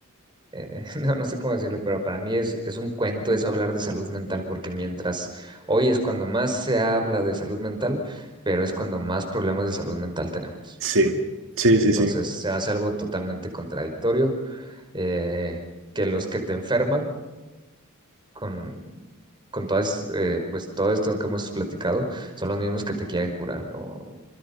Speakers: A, on the right (about 20°); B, on the right (about 60°).
A: eh, <laughs> no, no sé cómo decirlo, pero para mí es, es un cuento eso hablar de salud mental, porque mientras hoy es cuando más se habla de salud mental, pero es cuando más problemas de salud mental tenemos.
B: Sí, sí,
A: Entonces
B: sí, sí.
A: se hace algo totalmente contradictorio, eh, que los que te enferman con, con todas, eh, pues todo esto que hemos platicado, son los mismos que te quieren curar, ¿no?